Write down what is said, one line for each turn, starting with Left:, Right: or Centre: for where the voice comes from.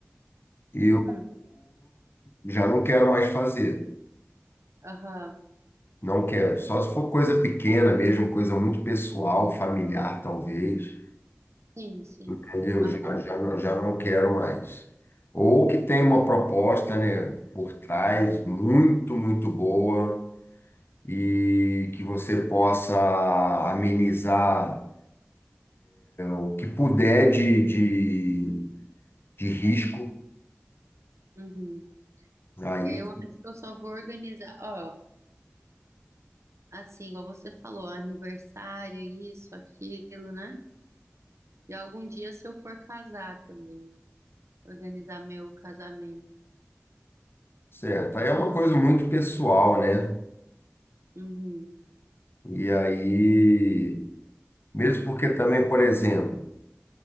Left: eu
Right: Uhum.
Left: já não quero mais fazer.
Right: Aham.
Left: Não quero. Só se for coisa pequena mesmo, coisa muito pessoal, familiar, talvez.
Right: Sim, sim.
Left: Entendeu?
Right: Aham.
Left: Já, já, não-
Right: Uhum.
Left: já não quero mais. Ou que tem uma proposta, né, por trás, muito, muito boa, e que você possa amenizar O que puder de, de, de risco,
Right: Uhum.
Left: aí,
Right: Eu acho que eu só vou organizar. Ó, Assim, igual você falou, aniversário, isso, aquilo, né? E algum dia, se eu for casar também, organizar meu casamento.
Left: certo. Aí é uma coisa muito pessoal, né?
Right: Uhum,
Left: E aí, mesmo porque também, por exemplo,